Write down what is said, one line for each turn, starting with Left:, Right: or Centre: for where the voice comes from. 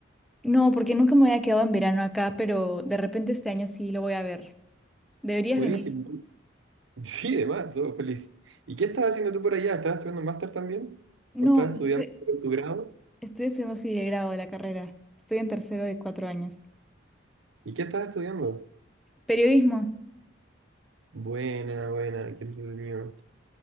Centre: No, porque nunca me había quedado en verano acá, pero de repente este año sí lo voy a ver. Deberías
Right: Buenísimo.
Centre: venir.
Right: Sí, además, todo feliz. ¿Y qué estabas haciendo tú por allá? ¿Estabas estudiando un máster también?
Centre: No,
Right: ¿O estabas estudiando
Centre: estoy,
Right: tu grado?
Centre: estoy estudiando sí el grado de la carrera. Estoy en tercero de cuatro años.
Right: ¿Y qué estabas estudiando?
Centre: Periodismo.
Right: Buena, buena, qué entretenido.